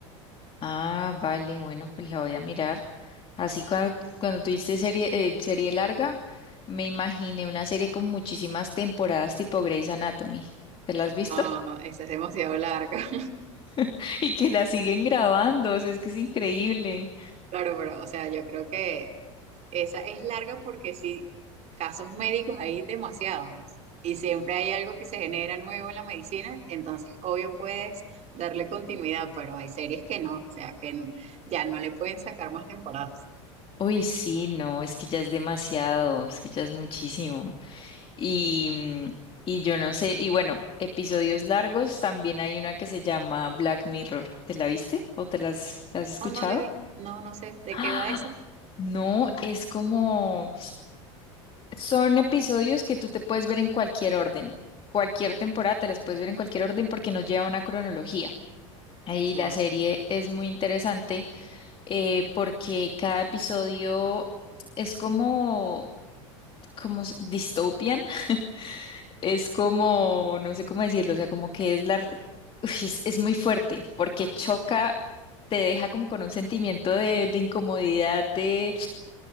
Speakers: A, on the left; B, on the right.
A: Ah, vale, bueno, pues la voy a mirar. Así cuando, cuando tuviste serie, eh, serie larga, me imaginé una serie con muchísimas temporadas tipo Grey's Anatomy. ¿Te la has visto?
B: No, esa es demasiado larga. <laughs>
A: <laughs> Y que la siguen grabando, o sea, es que es increíble.
B: Claro, pero, o sea, yo creo que esa es larga porque sí, casos médicos hay demasiados. Y siempre hay algo que se genera nuevo en la medicina, entonces obvio puedes darle continuidad, pero hay series que no, o sea, que n- ya no le pueden sacar más temporadas.
A: Uy, sí, no, es que ya es demasiado, es que ya es muchísimo. Y, mm, y yo no sé, y bueno, episodios largos, también hay una que se llama Black Mirror. ¿Te la viste o te la has, la has escuchado?
B: No, no le vi, no, no sé,
A: <gasps>
B: ¿de
A: ¡Ah!
B: qué va esa?
A: No, es como... Son episodios que tú te puedes ver en cualquier orden. Cualquier temporada te las puedes ver en cualquier orden porque no lleva una cronología. Ahí
B: Wow.
A: la serie es muy interesante eh, porque cada episodio es como, como s- dystopian, <laughs> es como, no sé cómo decirlo, o sea, como que es la... r- Uy, es, es muy fuerte porque choca, te deja como con un sentimiento de, de incomodidad, de